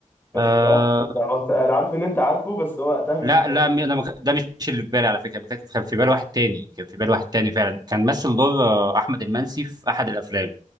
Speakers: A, on the left (about 15°); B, on the right (about 30°).
A: شفت
B: آه
A: بقى أنت هو- أنا عارف إن أنت عارفه بس هو وقتها من
B: لا لا م- أنا مك... ده مش اللي في بالي على فكرة كان كان في بالي واحد تاني كان في بالي واحد تاني فعلا كان مثل دور آه، أحمد المنسي في أحد الأفلام